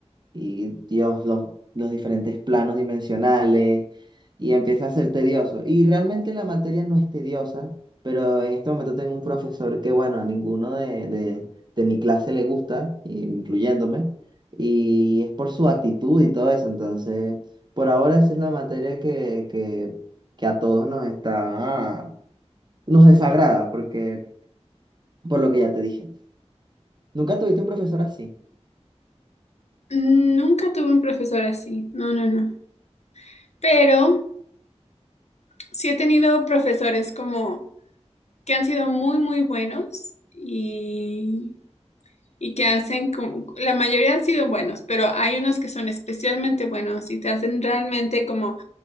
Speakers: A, on the right; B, on the left.
A: y Dios, los, los diferentes planos dimensionales, y empieza a ser tedioso. Y realmente la materia no es tediosa, pero en este momento tengo un profesor que, bueno, a ninguno de, de, de mi clase le gusta, incluyéndome, y es por su actitud y todo eso. Entonces, por ahora esa es la materia que, que, que a todos nos está, nos desagrada, porque, por lo que ya te dije. ¿Nunca tuviste un profesor así?
B: Mm, Nunca tuve un profesor así. No, no, no. Pero sí he tenido profesores como que han sido muy, muy buenos y. y que hacen, como- la mayoría han sido buenos, pero hay unos que son especialmente buenos y te hacen realmente como